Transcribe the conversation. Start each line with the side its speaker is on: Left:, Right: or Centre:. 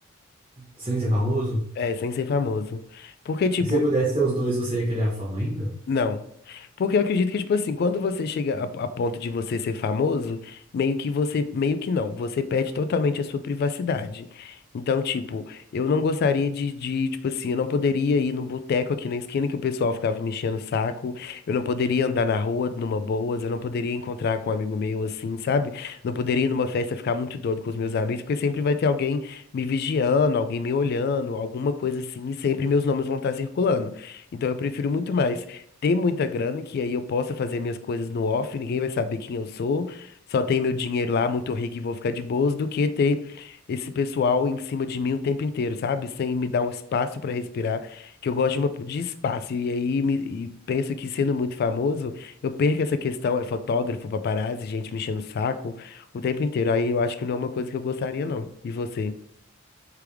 Right: Sem ser famoso?
Left: É, sem ser famoso. Porque, tipo,
Right: E se você pudesse ter os dois, você ia querer a fama ainda?
Left: Não. Porque eu acredito que, tipo assim, quando você chega a, a ponto de você ser famoso, meio que você, meio que não, você perde totalmente a sua privacidade. Então, tipo, eu não gostaria de, de, tipo assim, eu não poderia ir no boteco aqui na esquina que o pessoal ficava me enchendo o saco, eu não poderia andar na rua numa boas, eu não poderia encontrar com um amigo meu assim, sabe? Não poderia ir numa festa ficar muito doido com os meus amigos, porque sempre vai ter alguém me vigiando, alguém me olhando, alguma coisa assim, e sempre meus nomes vão estar circulando. Então eu prefiro muito mais ter muita grana, que aí eu possa fazer minhas coisas no off, ninguém vai saber quem eu sou, só tem meu dinheiro lá, muito rico e vou ficar de boas, do que ter esse pessoal em cima de mim o tempo inteiro, sabe? Sem me dar um espaço pra respirar, que eu gosto de, uma- de espaço. E aí me- e penso que sendo muito famoso, eu perco essa questão, é fotógrafo, paparazzi, gente me enchendo o saco o tempo inteiro. Aí eu acho que não é uma coisa que eu gostaria, não. E você?